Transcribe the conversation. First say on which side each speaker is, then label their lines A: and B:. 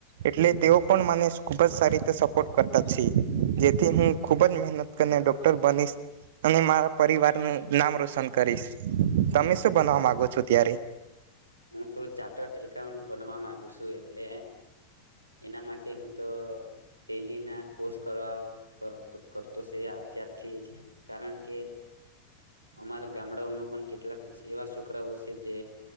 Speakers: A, on the right (about 55°); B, on the right (about 80°).
A: એટલે તેઓ પણ મને ખૂબ જ સારી રીતે સપોર્ટ કરતા છે જેથી હું ખુબ જ મહેનત કરીને ડોક્ટર બનીશ અને મારા પરિવારનું નામ રોશન કરીશ, તમે શું બનવા માગો છો ત્યારે
B: હું તો ચાર્ટર્ડ એકાઉન્ટ બનવા માગુ છું એટલે એના માટે હું તો તેલી ના કોષ કરવા કરતો છે અત્યારથી જ કારણ કે અમારા ગામડાઓમાં પણ કેટલાક એવા છોકરાઓ સે જે